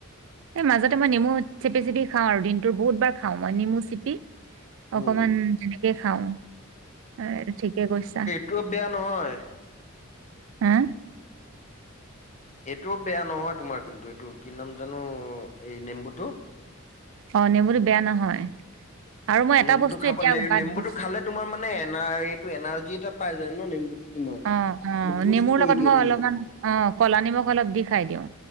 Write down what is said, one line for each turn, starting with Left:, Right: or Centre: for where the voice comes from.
Right: এই মাজতে মই নেমু চেপি চেপি খাওঁ আৰু দিনতো বহুত বাৰ খাওঁ মই নেমু চিপি
Left: উম,
Right: অকমান এনেকে খাওঁ। অ এইটো ঠিকে কৈছা।
Left: টো বেয়া নহয়।
Right: হা।
Left: এইটোও বেয়া নহয় তোমাৰ কিন্তু এইটো কি নাম জানো এই নেম্বুটো।
Right: অ নেমুতো বেয়া নহয়। আৰু মই এটা
Left: নেম্বুটো
Right: বস্তু
Left: খাব
Right: এতিয়া বাদ
Left: নেম্বুটো
Right: দিছো
Left: খালে তমাৰ মানে এনা এইটো এনাৰজি এটা পাই যায় ন নেম্বুটো। তোমাৰ।
Right: অ অ
Left: এইটো বুষ্ট
Right: নেমুৰ
Left: কৰি
Right: লগত
Left: দিয়ে
Right: মই
Left: তোমাৰ
Right: অলপমান অ ক'লা নিমখ অলপ দি খাই দিওঁ।